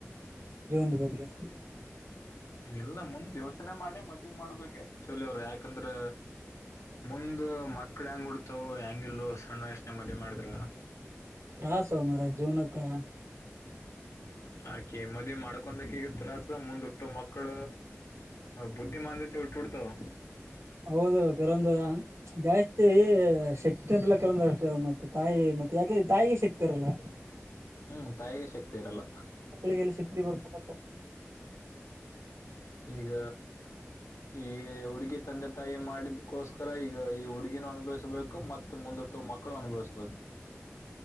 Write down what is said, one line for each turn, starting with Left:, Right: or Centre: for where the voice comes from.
Right: ಜೀವನ ಬಗೆ
Left: ಇಲ್ಲ ಮುಂದ್ ಯೋಚನೆ ಮಾಡಿ ಮದವಿ ಮಾಡ್ಬೇಕು ಚಲ ಅವ್ರು ಯಾಕಂದ್ರ ಮುಂದ ಮಕ್ಳ ಹೆಂಗ್ ಉಡ್ತವು ಹೆಂಗಿಲ್ಲೂ ಸಣ್ಣ ಯೋಚನೆ ಮದ ಮಾಡಿದ್ರ
Right: ತ್ರಾಸ ಮರ ಜೀವನಕೆ
Left: ಆ ಕೆೆಮ್ಮದಿ ಮಾಡ್ಕೊಕ ಈಗ ತ್ರಾಸ ಮುಂದ್ ಹಟ್ಟು ಮಕ್ಕಳ ಹ ಬುದ್ಧಿಮಾನದತಿವ ಹುಟ್ಟವೀಡ್ತವೆ
Right: ಹೌದು ಕರಂದ್ ಜಾಸ್ತಿ ಶಕ್ತಿ ಅಂದಲ್ಲ ಕರಂದ ಅಷ್ಟೇ ಮತ್ತತ್ ತಾಯಿ ಮತ್ತೆ ಯಾಕೆ ತಾಯಿಗೆ ಸಿಕ್ತಾರಲ್ಲ
Left: ಹ್ಮ್ ತಾಯಿಗೆ ಶಕ್ತಿ ಇರಲ್ಲ
Right: ಮಕ್ಕಳಿಗೆಲ್ಲಿ ಶಕ್ತಿ ಬರ್ತದೆಪ್ಪ
Left: ಈಗ ಈ ಹುಡುಗಿ ತಂದೆ ತಾಯಿ ಮಾಡಿದ್ಕೋಸ್ಕರ ಈಗ ಈ ಹುಡುಗಿನ ಅನ್ಭವಿಸ್ಬೇಕು ಮತ್ ಮುಂದ ಮಕ್ಕಳು ಅನುಭವಿಸ್ಬೇಕು